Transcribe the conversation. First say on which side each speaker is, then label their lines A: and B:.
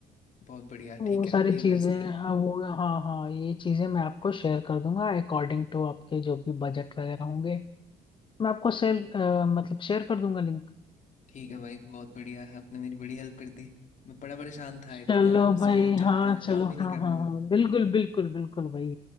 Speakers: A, on the left (about 45°); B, on the left (about 30°).
A: बहुत बढ़िया
B: वो
A: ठीक
B: सारी
A: है ये
B: चीजें
A: बेस्ट है
B: हाँ वो हाँ हाँ ये चीजें मैं आपको शेयर कर दूंगा अकॉर्डिंग टू आपके जो भी बजट वगैरह होंगे मैं आपको
A: ठीक
B: शेयर मतलब शेयर कर दूंगा लिंक
A: ठीक है भाई बहुत बढ़िया आपने मेरी बड़ी हेल्प कर दी मैं बड़ा परेशान था
B: चलो
A: इतना
B: भाई
A: स्लो
B: हाँ
A: चलता है
B: चलो
A: काम ही नहीं
B: हाँ
A: करने
B: हाँ हाँ
A: देता
B: बिल्कुल बिल्कुल बिल्कुल भाई